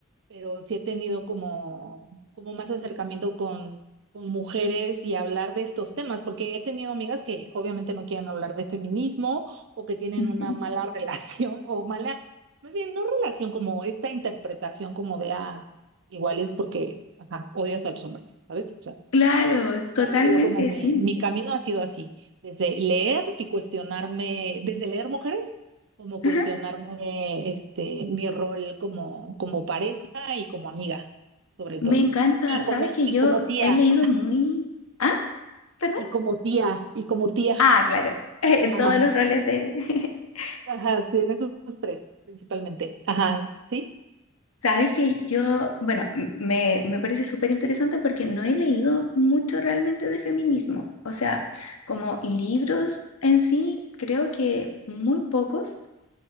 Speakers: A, on the right; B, on the left.
A: pero sí he tenido como, como más acercamiento con, con mujeres y hablar de estos temas, porque he tenido amigas que obviamente no quieren hablar de feminismo o que tienen
B: Ujú.
A: una mala <laughs> relación o mala, más bien no relación, como esta interpretación como de, ah, igual es porque, ajá, odias a los hombres, ¿sabes? O sea,
B: Claro, totalmente,
A: ha sido como mi,
B: sí.
A: mi camino ha sido así, desde leer y cuestionarme, desde leer mujeres, como cuestionarme
B: Ajá.
A: este, mi rol como, como pareja y como amiga, sobre
B: Me
A: todo.
B: encanta.
A: Y
B: Sabes
A: como,
B: que
A: y
B: yo
A: como tía,
B: he leído muy... Ah, perdón.
A: y como tía, y como tía.
B: Ah, claro. <laughs> En
A: Ajá,
B: todos los roles de... <laughs>
A: ajá, sí, en esos tres principalmente. Ajá, sí.
B: Sabes que yo, bueno, m- me, me parece súper interesante porque no he leído mucho realmente de feminismo. O sea, como libros en sí, creo que muy pocos.